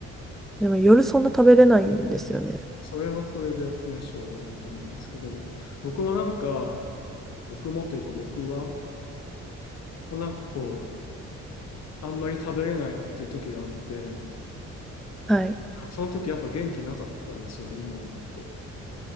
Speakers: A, in the centre; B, on the left.
A: でも夜そんな食べれないんですよね。
B: それはそれでね、しょうがないと思いますけど、僕はなんか、僕もというか僕は、なんかこう、あんまり食べれないなっていう時があって、な
A: はい。
B: んかその時やっぱ元気なかったんですよね、今思うと。